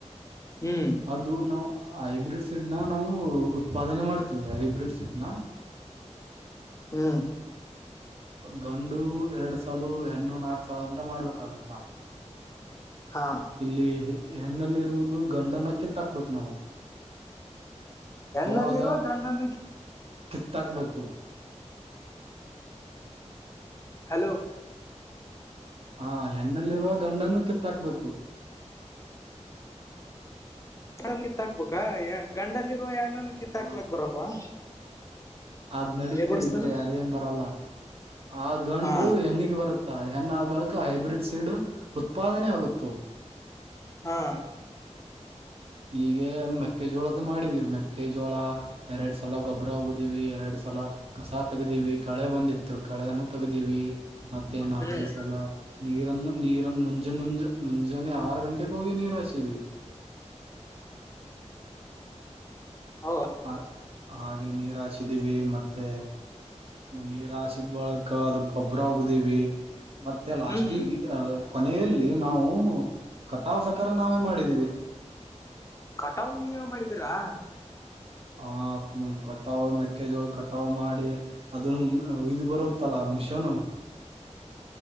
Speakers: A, on the left (about 25°); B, on the right (about 55°).
A: ಹ್ಮ್
B: ಅದು ನಾವು ಹೈಬ್ರಿಡ್ ಸಿಡ್ನ ನಾವು ಉತ್ಪಾದನೆ ಮಾಡ್ತೀವಿ ಹೈಬ್ರಿಡ್ ಸಿಡ್ನ
A: ಹ್ಮ್
B: ಗಂಡು ಎರಡು ಸಾಲು ಹೆಣ್ಣು ನಾಕ್ ಸಾಲ ಅಂತ ಮಾಡ್ಬೇಕಾಗತ್ತಾ
A: ಹಾ
B: ಇಲ್ಲಿ ಹೆಣ್ಣಲ್ಲಿ ಇರುದು ಗಂಡನ ಕಿತ್ತಾಕ್ಬೇಕು ನಾವು
A: ಎಣ್ಣಲ್ಲಿರುವ
B: ಅವಾಗ
A: ಗಂಡನ್ನು
B: ಕಿತ್ತಾಕ್ಬೇಕು
A: ಹಲೋ
B: ಹಾ ಹೆಣ್ಣಲ್ಲಿರುವ ಗಂಡನ್ನು ಕಿತ್ತಾಕ್ಬೇಕು <unintelligible>
A: ಎಣ ಕಿತ್ತ ಹಾಕ್ಬೇಕಾ ಗಂಡಲ್ಲಿರುವ ಹೆಣ್ಣನು ಕಿತ್ತ
B: ಹ
A: ಹಾಕ್ಲಾಕ್ ಬರಲ್ವಾ
B: ಅದ್ ನಡೀತ
A: ಏರ್ಬಡಿಸ್ತಾರ
B: ಇದ್ರೆ ಅದೇನ್ ಬರಲ್ಲ ಆ ಗಂಡು
A: ಹಾ
B: ಹೆಣ್ಣಿಗೆ ಬರುತ್ತೆ ಹೆಣ್ಣ ಆದ ಬಳಕ ಹೈಬ್ರಿಡ್ ಸೀಡ್ ಉತ್ಪಾದನೆ ಆಗುತ್ತತ್ತು
A: ಹ್ಮ್
B: ಈಗ ಮೆಕ್ಕೆಜೋಳದ್ದು ಮಾಡಿದವಿ ಮೆಕ್ಕೆಜೋಳ ಎರಡು ಸಲ ಗೊಬರ ಹೋಗುತ್ತ ತಗ್ದೀವಿ ಎರಡ್ ಸಲ ಕಸ ತೆಗ್ದೀವಿ ಕಳೆ ಬಂದಿತ್ತು ಕಳೆನು ತೆಗ್ದಿವವಿ ಮತ್ತೇ ನಾಕೈ
A: ಹ್ಮ್
B: ಸಲ ನೀರನ್ನು ನೀರ ಮುಂಜೆ ಮುಂಜೆ ಮುಂಜೆಾನೆ ಆರ ಂಟೆ ಕೊೋಗ ನೀರಾಸಿವಿ <inaudible>
A: ಓ
B: ಹ ಹಾಗೆ ನೀರ್ ಹಾಸಿದೀವಿ ಮತ್ತೆ ನೀರ್ ಹಾಸಿದ್ ಬಳಕ್ ಅದು ಗೊಬ್ಬರ ಹೋಗ್ದೀವಿ ಮತ್ತುತ್ತೆ ಲಾಸ್ಟಿಗೆ
A: ಹ್ಮ್
B: ಕೊನೆಯಲ್ಲಿ ನಾವು ಕಟಾಾವ ಸಕರ ನಾವೇ ಮಾಡಿದೀವಿ
A: ಕಟೌನ್ ನೀವ ಮಾಡಿದೀರಾ
B: ಹಮ ಕಟಾವು್ ಮೆಕ್ಕೆಜೋಳ ಕಟಾವು್ ಮಾಡಿ ಅದು ಇದು ಬರುತ್ತಲ್ಲ ಮಿಷನ್